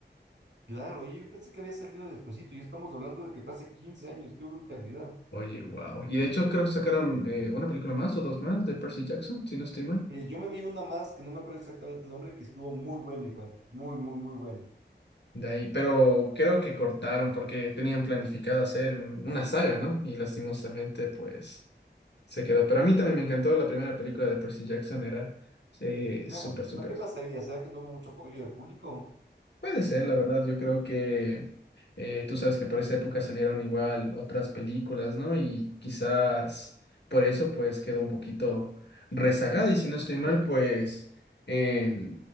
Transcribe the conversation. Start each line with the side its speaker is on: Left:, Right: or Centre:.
Right: Claro, oye, yo pensé que había salido despuesito y estamos hablando de que fue hace 15 años, qué brutalidad.
Left: Oye, wow. Y de hecho creo que sacaron eh, una película más o dos más de Percy Jackson, si no estoy mal.
Right: Eh, yo me vi una más que no me acuerdo exactamente el nombre, que estuvo muy buena igual, muy, muy, muy buena.
Left: De ahí, pero creo que cortaron porque tenían planificado hacer un- una saga, ¿no? Y lastimosamente, pues, se quedó. Pero a mí también me encantó la primera película de Percy Jackson, era eh,
Right: Ah,
Left: súper,
Right: buenísima.
Left: súper.
Right: ¿Qué pasaría? ¿Será que no hubo mucho apoyo del público?
Left: Puede ser, la verdad, yo creo que eh, tú sabes que por esa época salieron igual otras películas, ¿no? Y quizás por eso pues quedó un poquito rezagada y si no estoy mal, pues el,